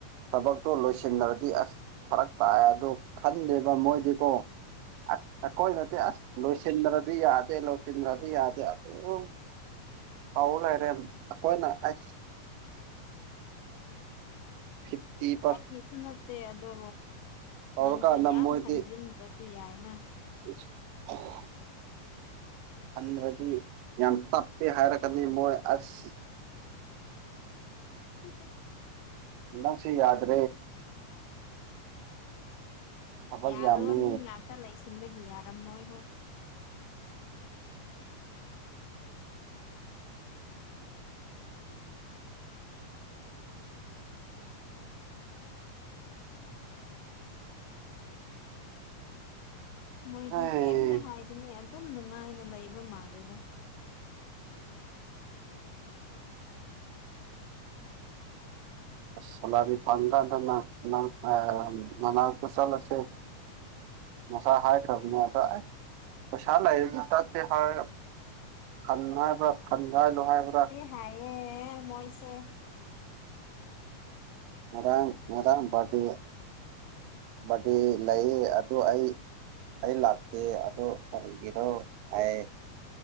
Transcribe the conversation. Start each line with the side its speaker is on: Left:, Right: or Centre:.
Right: ꯊꯕꯛꯇꯣ ꯂꯣꯏꯁꯤꯟꯅꯔꯗꯤ ꯑꯁ ꯐꯔꯛ ꯇꯥꯛꯑꯦ ꯑꯗꯣ ꯈꯟꯗꯦꯕ ꯃꯣꯏꯗꯤꯀꯣ ꯑꯁ ꯑꯩꯈꯣꯏꯅꯗꯤ ꯑꯁ ꯂꯣꯏꯁꯤꯟꯗ꯭ꯔꯗꯤ ꯌꯥꯗꯦ ꯂꯣꯏꯁꯤꯟꯗ꯭ꯔꯗꯤ ꯌꯥꯗꯦ ꯑꯗꯨꯝ ꯑꯧ ꯂꯩꯔꯦ ꯑꯩꯈꯣꯏꯅ ꯑꯥꯏꯁ ꯐꯤꯞꯇꯤ
Left: ꯅꯪꯒꯤꯁꯨ ꯅꯠꯇꯦ ꯑꯗꯣ
Right: ꯇꯧꯔꯀꯥꯟꯗ
Left: ꯅꯪꯁꯨ ꯌꯥꯝ
Right: ꯃꯣꯏꯗꯤ
Left: ꯈꯟꯖꯤꯟꯗ꯭ꯔꯁꯨ ꯌꯥꯏꯅ
Right: <unintelligible> ꯈꯜꯂꯗꯤ ꯌꯥꯝ ꯇꯞꯄꯦ ꯍꯥꯏꯔꯒꯗꯤ ꯃꯣꯏ ꯑꯁ
Left: ꯁꯤꯇ
Right: ꯅꯪꯁꯤ ꯌꯥ꯭ꯔꯦ ꯊꯕꯛ
Left: ꯌꯥꯗꯣ
Right: ꯌꯥꯝꯃꯤ
Left: ꯃꯤ ꯉꯥꯛꯇ ꯂꯩꯁꯤꯟꯕꯒꯤ ꯌꯥꯔꯝꯃꯣꯏ ꯍꯣꯏ ꯃꯣꯏꯗꯤ
Right: ꯍꯩ
Left: ꯀꯩꯝꯇ ꯍꯥꯏꯗꯅꯦ ꯑꯗꯨꯝ ꯅꯨꯡꯉꯥꯏꯅ ꯂꯩꯕ ꯃꯥꯜꯂꯦꯗ
Right: ꯁꯂꯥꯔꯤ ꯐꯥꯡꯒꯅꯥ <unintelligible> ꯃꯁꯂꯁꯦ ꯉꯁꯥꯏ ꯍꯥꯏꯈꯔꯝꯅ ꯑꯗ ꯑꯏ ꯄꯩꯁꯥꯒ ꯂꯩꯔꯒꯥ ꯆꯠꯁꯦ ꯍꯥꯏꯔꯒ ꯍꯟ ꯍꯥꯏꯕ꯭ꯔꯥ ꯊꯟꯒꯥꯏꯂꯣ ꯍꯥꯏꯕ꯭ꯔꯥ
Left: ꯊꯥꯏꯌꯦ ꯃꯣꯏꯁꯦ
Right: ꯉꯥꯔꯡ ꯉꯥꯔꯡ ꯕꯥꯥ꯭ꯔꯗꯦ ꯕ꯭ꯔꯗꯦ ꯂꯩ ꯑꯗꯨ ꯑꯩ ꯑꯩ ꯂꯥꯛꯇꯦ ꯑꯗꯣ ꯀꯔꯤꯒꯤꯅꯣ ꯍꯥꯏ